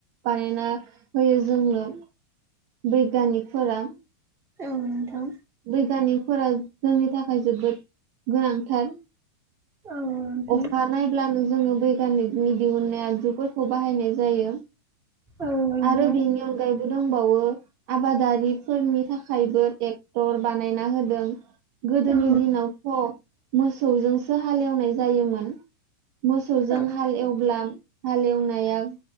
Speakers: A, on the right; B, on the right.
A: बानायना होयो जोंनो बैग्यानिकफोरा।
B: औ नोंथां
A: बैग्यानिकफोरा जोंनि थाखाय जोबोद गोनांथार।
B: औ नोंथां
A: अखा नायब्लानो जोङो बैग्यानिकनि दिहुननाय आगजुफोरखौ बाहायनाय जायो।
B: औ नोंथां
A: आरो बेनि अनगायैबो दंबावो आबादारिफोरनि थाखायबो ट्रेक्टर बानायना होदों। गोदोनि
B: औ
A: दिनावथ' मोसौजोंसो हालेवनाय जायोमोन। मोसौजों
B: औ
A: हालएवब्ला हाल एवनाया